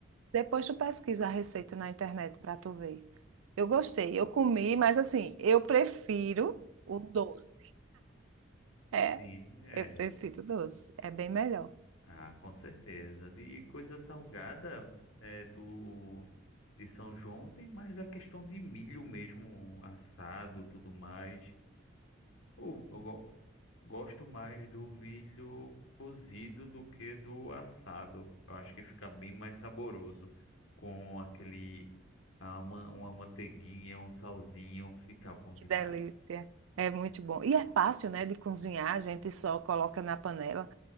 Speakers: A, on the right; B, on the left.
A: depois tu pesquisa a receita na internet para tu ver.
B: Pô,
A: Eu gostei, eu comi, mas assim, eu prefiro o doce. É,
B: Sim, é.
A: eu prefiro o doce. É bem melhor.
B: Ah, com certeza. De coisa salgada é, do de São João tem mais a questão de milho mesmo assado, tudo mais. Eu, eu go- gosto mais do milho cozido do que do assado. Eu acho que fica bem mais saboroso com aquele ah, uma, uma manteiguinha, um salzinho, fica bom
A: Que
B: demais.
A: delícia. É muito bom. E é fácil, né, de cozinhar. A gente só coloca na panela